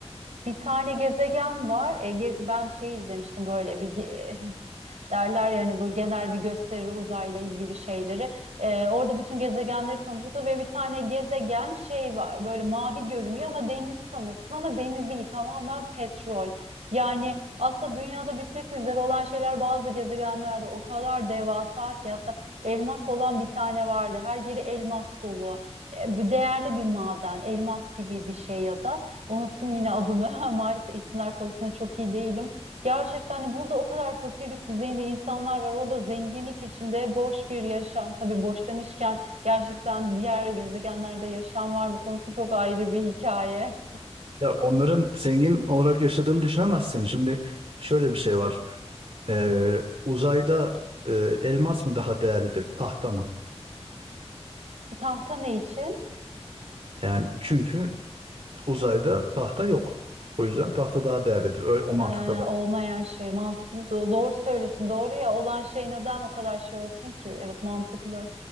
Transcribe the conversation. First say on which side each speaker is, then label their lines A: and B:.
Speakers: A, on the right; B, on the right.
A: Bir tane gezegen var. Ege, ben şey izlemiştim böyle bir ge- <laughs> derler yani bu genel bir gösteri uzayla ilgili şeyleri. Ee, orada bütün gezegenleri tanıtıyordu ve bir tane gezegen şey var böyle mavi görünüyor ama deniz sanırsın ama deniz değil tamamen petrol. Yani aslında dünyada bitmek üzere olan şeyler bazı gezegenlerde o kadar devasa ki hatta elmas olan bir tane vardı. Her yeri elmas dolu. Ee, bu değerli bir maden, elmas gibi bir şey ya da. Unuttum yine adını. <laughs> Maalesef isimler konusunda çok iyi değilim. Gerçekten de burada o kadar fakirlik düzeyinde insanlar var. Orada zenginlik içinde boş bir yaşam. Tabii boş demişken gerçekten diğer gezegenlerde yaşam var mı konusu çok ayrı bir hikaye.
B: ya onların zengin olarak yaşadığını düşünemezsin. Şimdi şöyle bir şey var. Ee, uzayda e, elmas mı daha değerlidir tahta mı?
A: Tahta ne için?
B: Yani çünkü uzayda tahta yok. O yüzden tahta daha değerlidir. Öyle, o mantıkla
A: Ee,
B: bak.
A: olmayan şey mantıklı. Do- Doğru söylüyorsun. Doğru ya olan şey neden o kadar şey olsun ki? Evet mantıklı.